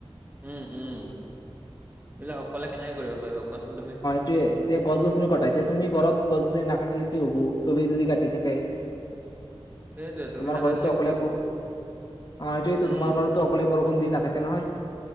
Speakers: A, on the right (about 15°); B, on the left (about 45°).
A: উম উম, এইবিলাক অকলে কেনেকে কৰিব পাৰিব কোৱাচোন তুমি?
B: টোৱে এতিয়া গছ - গছনি কটাই, এতিয়া তুমি ঘৰত গছ - গছনি নাকাটিলে কি হব, চবেই যদি কাটি থাকে। <inaudible>
A: সেইটোয়ে তুমি
B: তোমাৰ
A: নাজানিলে
B: ঘৰতো অকলে
A: কি হ'ব
B: ব
A: ক
B: অ এইটোৱেইতো
A: উম
B: তোমাৰ ঘৰতো অকলে বৰষুণ দি নাথাকে নহয়?